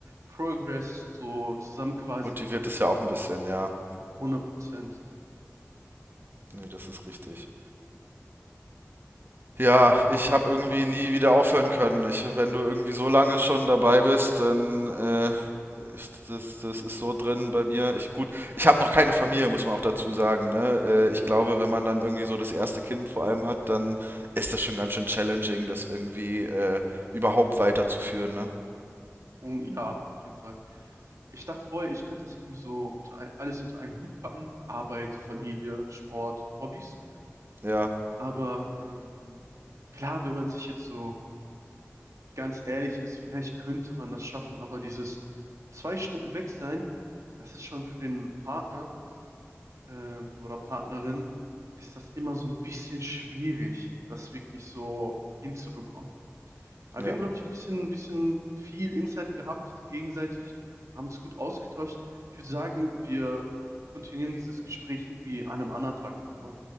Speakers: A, on the right (about 80°); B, on the right (about 45°).
A: Progress so zusammen quasi
B: Motiviert
A: gemacht.
B: es ja auch ein bisschen, ja.
A: 100 Prozent.
B: Nee, das ist richtig. Ja, ich habe irgendwie nie wieder aufhören können. Ich, wenn du irgendwie so lange schon dabei bist, dann äh, ich, das, das ist so drin bei mir. Ich gut, ich habe noch keine Familie, muss man auch dazu sagen. Ne? Äh, ich glaube, wenn man dann irgendwie so das erste Kind vor allem hat, dann ist das schon ganz schön challenging, das irgendwie äh, überhaupt weiterzuführen. Ne?
A: Und ja, auf jeden Fall. Ich dachte vorher, ich könnte das irgendwie so unter ein, alles unter einen Hut packen. Arbeit, Familie, Sport, Hobbys.
B: Ja,
A: Aber ähm, klar, wenn man sich jetzt so ganz ehrlich ist, vielleicht könnte man das schaffen, aber dieses zwei Stunden weg sein, das ist schon für den Partner ähm, oder Partnerin, ist das immer so ein bisschen schwierig, das wirklich so hinzubekommen. Aber
B: Ja.
A: wir haben, glaube ich, ein bisschen, ein bisschen viel Insight gehabt, gegenseitig, haben uns gut ausgetauscht. Ich würde sagen, wir kontinuieren dieses Gespräch irgendwie an einem anderen Tag nochmal.